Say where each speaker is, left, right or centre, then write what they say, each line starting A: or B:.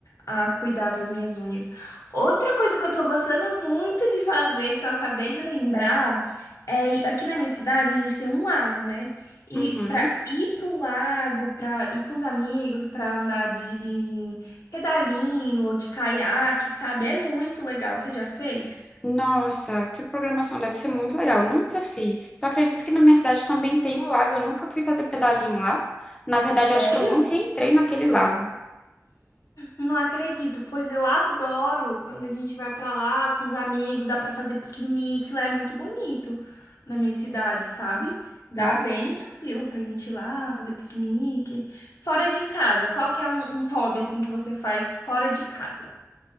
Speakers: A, on the left (about 75°); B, on the left (about 15°).
A: a cuidar das minhas unhas. Outra coisa que eu tô gostando muito de fazer, que eu acabei de lembrar, é ir- aqui na minha cidade a gente tem um lago, né? E
B: Uhum.
A: pra ir pro lago, pra ir com os amigos, pra andar de pedalinho ou de caiaque, sabe? É muito legal. Você já fez?
B: Nossa, que programação deve ser muito legal. Eu nunca fiz. Eu acredito que na minha cidade também tem um lago. Eu nunca fui fazer pedalinho lá. Na verdade,
A: Sério?
B: eu acho que eu nunca entrei naquele lago.
A: Não acredito, pois eu adoro quando a gente vai pra lá com os amigos, dá pra fazer piquenique, lá é muito bonito na minha cidade, sabe? Dá
B: Nossa.
A: bem tranquilo pra gente ir lá fazer piquenique. Fora de casa, qual que é um, um hobby assim que você faz fora de casa?